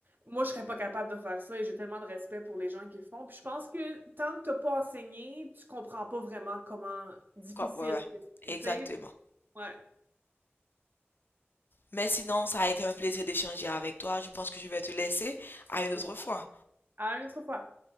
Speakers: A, on the right; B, on the left.
A: moi je serais pas capable de faire ça et j'ai tellement de respect pour les gens qui le font. Puis je pense que tant que t'as pas enseigné, tu comprends pas vraiment comment difficile,
B: Quoi, ouais, ouais,
A: c'est, tu
B: exactement.
A: sais, ouais.
B: Mais sinon, ça a été un plaisir d'échanger avec toi. Je pense que je vais te laisser à une autre
A: C'est bon.
B: fois.
A: À une autre fois.